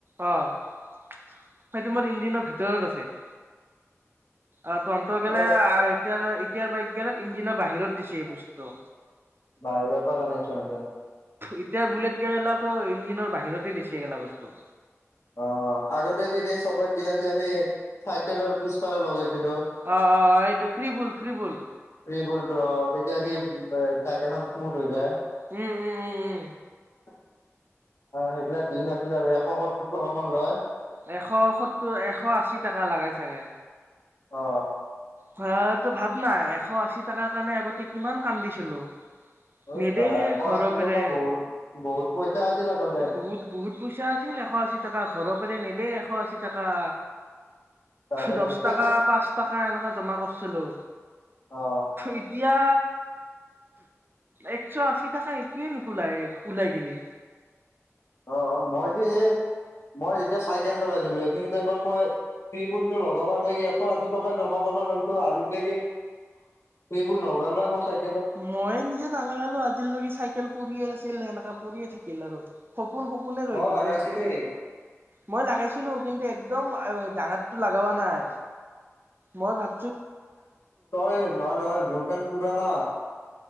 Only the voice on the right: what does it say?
অ সেই তোমাৰ ইঞ্জিনৰ ভিতৰত আছে অ তন্ত গেলাই
এতিয়াৰ এতিয়াৰ বাইক গেলাত ইঞ্জিনৰ বাহিৰত দিছে বস্তুটো
এতিয়া বুলেট কেৰেলাত ইঞ্জনৰ বাহিৰতেই দিছি এগেলা বস্তু
অ অ এইটো ফ্ৰীবুল ফ্ৰীবুল।
উম
উম উম উম উম।
এশ সত্তৰ এশ আশী টকা লাগাই চাগে।
হ এইটো ভাৱ নাই এশ আশী টকাৰ কাৰণে আগতে কিমান কান্দিছিলোঁ।
নেদেহে
ঘৰৰ
পেৰে
বহুত বহুত। পইচা আছিল এশ আশী টকা ঘৰৰ পেৰে নেদে এশ আশী টকা।
দচ টকা পাঁচ টকা এনেকা জমা কৰিছিলোঁ।
এতিয়া একশ আশী টাকে একোৱেন নুকোলাই ওলাই গিলি।
মইয়ে নিজে নালাগালো আজিলৈকে চাইকেল পৰিয়ে আছিল সেনেকা পৰিয়ে থাকিল আৰু। সপোন-সপোন
ৰৈ গেল
বে এইটো। মই লগাইছিলো কিন্তু একদম ডাঙৰটো লগাব নাই। মই ভাব